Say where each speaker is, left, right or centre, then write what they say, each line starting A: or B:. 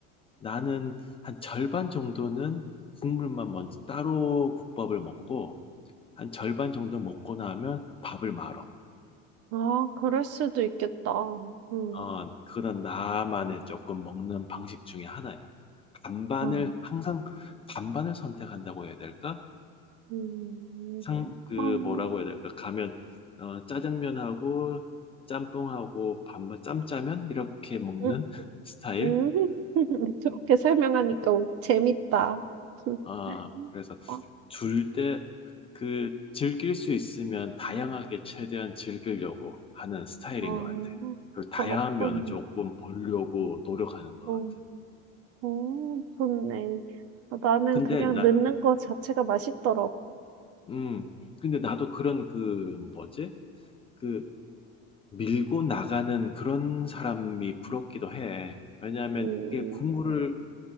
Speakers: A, on the left; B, on the right.
A: 나는 한 절반 정도는 국물만 먼저 따로 국밥을 먹고, 한 절반 정도 먹고 나면 밥을 말어.
B: 아, 그럴 수도 있겠다. 응,
A: 어, 그런 나만의 조금 먹는 방식 중에 하나야. 반반을,
B: 응.
A: 항상 반반을 선택한다고 해야 될까?
B: 음.
A: 상, 그
B: 어.
A: 뭐라고 해야 될까? 가면 어, 짜장면하고 짬뽕하고 반반 짬짜면 이렇게 먹는
B: 음
A: <laughs> 스타일.
B: 음. <laughs> 그렇게 설명하니까 어 재밌다.
A: 아,
B: <laughs>
A: 그래서
B: 어
A: 둘 때 그 즐길 수 있으면 다양하게 최대한 즐기려고 하는 스타일인
B: 어.
A: 것 같아. 그 다양한
B: 그렇군.
A: 면을 조금 보려고 노력하는 것
B: 어.
A: 같은.
B: 어 좋네. 아 나는
A: 근데
B: 그냥
A: 나,
B: 넣는 거 자체가 맛있더라고.
A: 음, 근데 나도 그런 그 뭐지? 그 밀고 나가는 그런 사람이 부럽기도 해. 왜냐하면
B: 음.
A: 이게 국물을